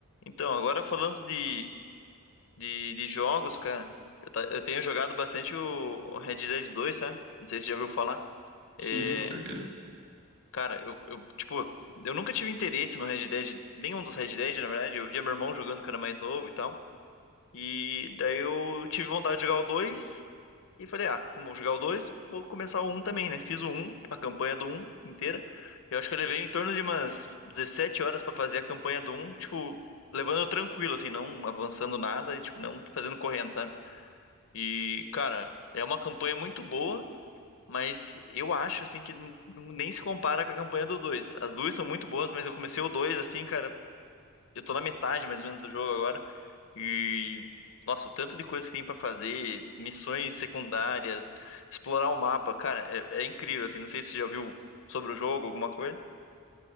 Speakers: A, on the left (about 65°); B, on the right (about 55°).
A: Então, agora falando de, de, de jogos, cara, eu, ta- eu tenho jogado bastante o Red Dead dois sabe? Não sei se você já ouviu falar. É,
B: Sim, com certeza.
A: cara, eu, eu, tipo, eu nunca tive interesse no Red Dead, nenhum dos Red Dead, na verdade. Eu via meu irmão jogando que era mais novo e tal. E daí eu tive vontade de jogar o 2 e falei, ah, como eu vou jogar o dois vou começar o um também, né? Fiz o um a campanha do um inteira. Eu acho que eu levei em torno de umas 17 horas pra fazer a campanha do um tipo, levando tranquilo, assim, não avançando nada e, tipo, não fazendo correndo, sabe? E, cara, é uma campanha muito boa, mas eu acho, assim, que não- não- nem se compara com a campanha do dois As duas são muito boas, mas eu comecei o 2 assim, cara, eu tô na metade mais ou menos do jogo agora. E, nossa, o tanto de coisa que tem pra fazer, missões secundárias, explorar o mapa, cara, é, é incrível, assim, não sei se você já viu sobre o jogo, alguma coisa.